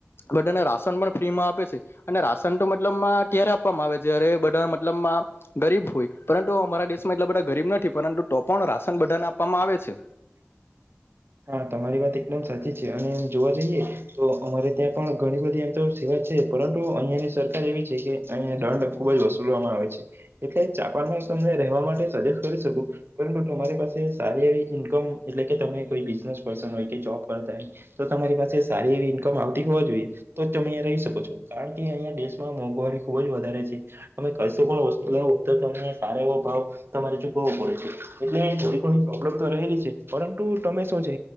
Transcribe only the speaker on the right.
<inaudible> હા તમારી વાત એકદમ સાચી છે અને એમ જોવા જઈએ તો અમારે ત્યાં પણ ઘણી બધી આમ તો સેવા પરંતુ અહિયાંની સરકાર એવી છે કે અહિયા દંડ ખૂબ જ વસુલવામાં આવે છે એટલે જાપાનમાં તમને રહેવા માટે સજેસ કરી શકું પરંતુ તમારી પાસે સારી એવી ઈન્કમ એટલે કે તમે કોઈ બી જાજ પર્સન હોય કે જોબ કરતા હોય તો તમારી પાસે સારી એવી ઈન્કમ આવતી હોવા જોઈએ તો તમે રહી શકો છો કારણ કે અહીંયા દેશમાં મોંઘવારી ખુબ જ વધારે છે તમે કશો પણ વસ્તુ લવ તો તમને સારો એવો ભાવ તમારે ચૂકવવો પડે છે એટલે થોડી ઘણી પ્રોબ્લમ તો રહેલી છે પરંતુ તમે છું છે